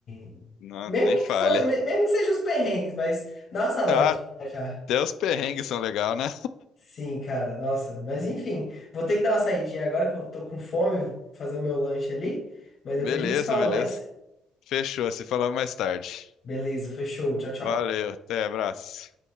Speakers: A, on the left; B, on the left.
A: de-
B: não,
A: Mesmo
B: nem
A: que
B: fale.
A: for, me- mesmo que sejam os perrengues, mas dá uma saudade
B: Ah,
A: de viajar.
B: até os perrengues são legal, né?
A: Sim, cara, nossa. Mas enfim, vou ter que dar uma saidinha agora que eu tô com fome, fazer o meu lanche ali. Mas depois
B: Beleza,
A: a gente se fala
B: beleza.
A: mais.
B: Fechou, se falamos mais tarde.
A: Beleza, fechou. Tchau, tchau.
B: Valeu, até, abraço.